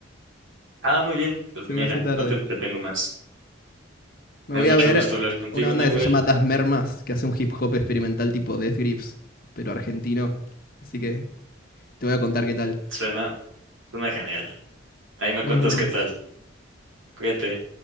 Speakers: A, on the right; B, on the left.
A: Ah, muy bien. Pues
B: Se
A: mira,
B: me hace tarde.
A: no te entretengo más.
B: Me
A: Me
B: voy
A: dio mucho
B: a ver
A: gusto hablar contigo,
B: una banda
A: Nahuel.
B: que se llama Das Mermas, que hace un hip hop experimental tipo Death Grips, pero argentino. Así que te voy a contar qué tal.
A: Suena, suena genial. Ahí me
B: Nos
A: cuentas
B: vemos.
A: qué tal. Cuídate.